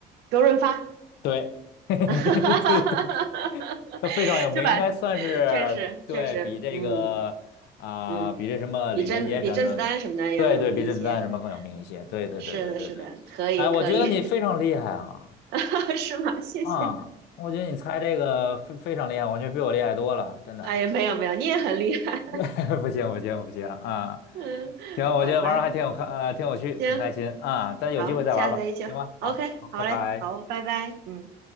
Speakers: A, on the right; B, on the left.
A: 周润发，
B: 对，<laughs> 对对，
A: <laughs>
B: <laughs> 他非常有名，
A: 对吧？
B: 应该算是对比这个啊、
A: 确实，确实，嗯嗯，
B: 比这什么李连杰什么的，
A: 比甄比甄子丹什么的要有名一些。
B: 对对，比甄子丹什么更有名一些，
A: 嗯是的，
B: 对对对对对对，
A: 是的，可以，
B: 哎，我觉得你非常厉害啊。
A: 可以，<laughs> 是吗？谢谢。
B: 啊，我觉得你猜这个非非常厉害，我觉得比我厉害多了，真的。
A: 哎呀，没有没有，你也很厉害。
B: <laughs> 不行不行不行啊！
A: 嗯，
B: 行，我觉得玩儿还挺有看，
A: 好吧，
B: 呃，挺有趣，
A: 行，
B: 挺开心啊。咱有机会再玩儿吧，
A: 好，下次再一起。
B: 行吗？
A: OK，
B: 好，好，
A: 好嘞，
B: 拜拜。
A: 好，拜拜。嗯。